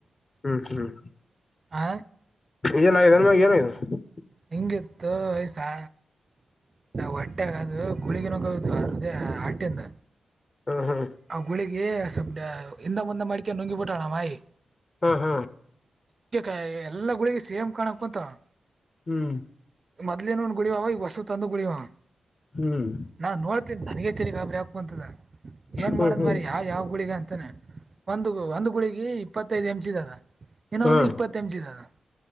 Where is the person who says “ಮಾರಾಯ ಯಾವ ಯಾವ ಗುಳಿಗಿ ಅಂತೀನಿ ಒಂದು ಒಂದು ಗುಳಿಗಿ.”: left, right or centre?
Right